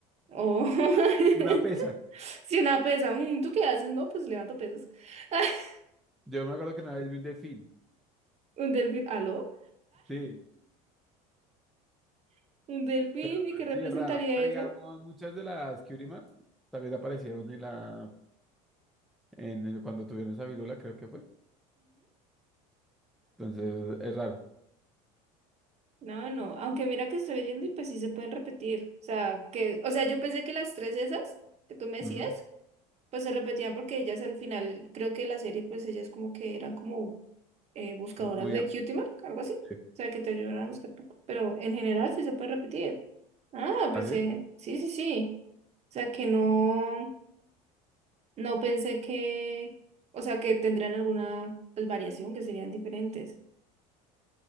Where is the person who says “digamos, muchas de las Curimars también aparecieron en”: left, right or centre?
Centre